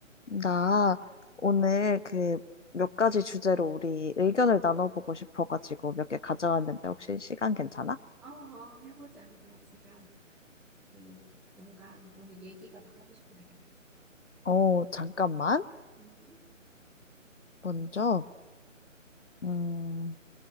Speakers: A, on the left; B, in the centre.
A: 나 오늘 그 몇 가지 주제로 우리 의견을 나눠보고 싶어가지고 몇 개 가져왔는데 혹시 시간 괜찮아?
B: 어, 어, 해보자. 나 진짜, 음, 뭔가 오늘 얘기가 막 하고 싶은 날이야.
A: 어, 잠깐만.
B: 음.
A: 먼저, 음,